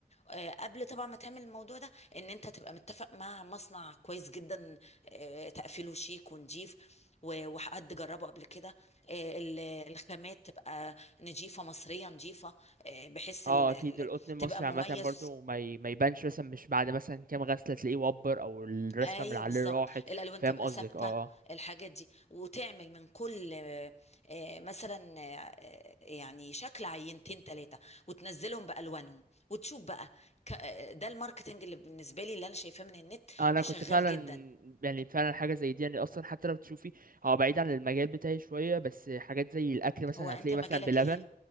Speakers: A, on the left (about 40°); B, on the right (about 60°).
A: آه، قبل طبعا ما تعمل الموضوع ده ان انت تبقى متفق مع مصنع كويس جدا آه، تقفيله شيك ونضيف و- وحد جربه قبل كده آه، ال- الخامات تبقى نضيفة مصرية نضيفة آه، بحيث
B: اه
A: ال-
B: اكيد
A: ال-
B: القطن المصري
A: تبقى مميز
B: عامة برضو ما ي... ما يبانش مثلا مش بعد مثلا كام غسلة تلاقيه وبر او الرسمة
A: ايوه
B: من عليه
A: بالظبط
B: راحت
A: الالوان
B: فاهم
A: تبقى
B: قصدك
A: ثابته
B: اه
A: الحاجات دي وتعمل من كل آه، آه، مثلا آه، آه، يعني شكل عينتين ثلاثه وتنزلهم بالوانهم وتشوف بقى ك- آه، ده الماركتنج اللي بالنسبه لي اللي انا شايفاه من النت
B: اه انا
A: شغال
B: كنت فعلا
A: جدا
B: يعني فعلا حاجه زي دي يعني اصلا حتى لو تشوفي هو بعيد عن المجال بتاعي شويه بس حاجات زي الاكل مثلا
A: هو انت
B: هتلاقي
A: مجالك
B: مثلا بلبن
A: ايه